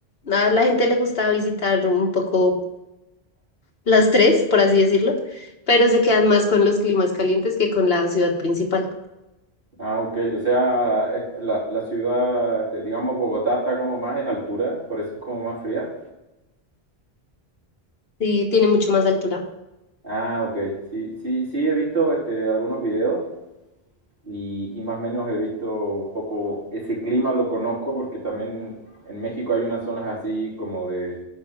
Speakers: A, on the left (about 70°); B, on the right (about 60°).
A: a la gente le gusta visitar un poco las tres, por así decirlo, pero se quedan más con los climas calientes que con la ciudad principal.
B: Ah, ok, o sea, es- la, la ciudad, este, digamos, Bogotá está como más en altura, por eso es como más fría.
A: Sí, tiene mucho más altura.
B: Ah, ok, sí, sí, sí, he visto este, algunos videos y, y más o menos he visto un poco ese clima, lo conozco porque también en México hay unas zonas así como de,